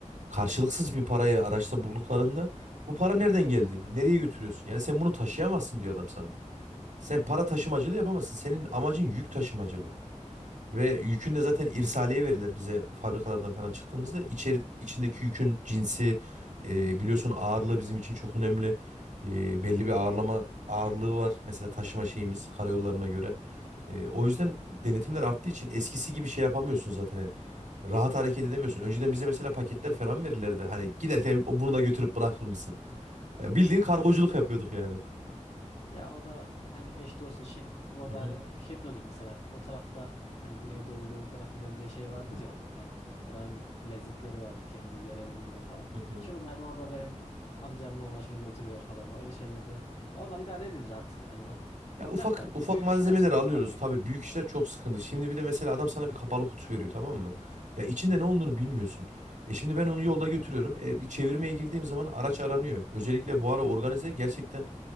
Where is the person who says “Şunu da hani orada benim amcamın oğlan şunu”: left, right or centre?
Left